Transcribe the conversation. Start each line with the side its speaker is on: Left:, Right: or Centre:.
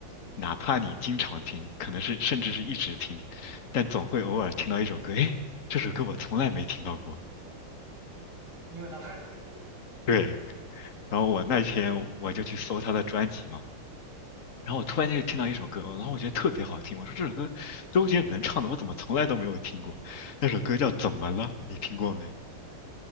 Left: 哪怕你经常听，可能是甚至是一直听，但总会偶尔听到一首歌，诶，这首歌我从来没听到过。
Right: 因为他太多歌了
Left: 对，然后我那天我就去搜他的专辑嘛。
Right: 对，
Left: 然后我突然间就听到一首歌，
Right: 嗯，
Left: 然后我觉得特别好听，我说这首歌周杰伦唱的，我怎么从来都没有听过？那首歌叫《怎么了》，你听过没？